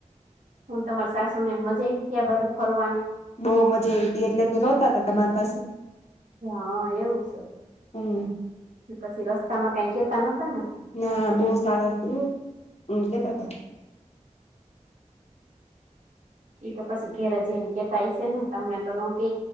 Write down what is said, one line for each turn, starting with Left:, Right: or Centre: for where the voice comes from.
Right: હું તમારી સાસુ ને મજા આઈવી કે આ બાજુ ફરવાની?
Left: બહુ મજા આવી હતી એટલે તો રોતા હતા તમાર પાસે
Right: હા એવું છે
Left: હમ
Right: પછી રસ્તા માં કઈ કેતા નતા ને?
Left: ના બહુ સારા છે હો એવું કેતા તા.
Right: હ એ તો પસી ઘેરે જઈને કેતા હશે ને તમને તો નો કે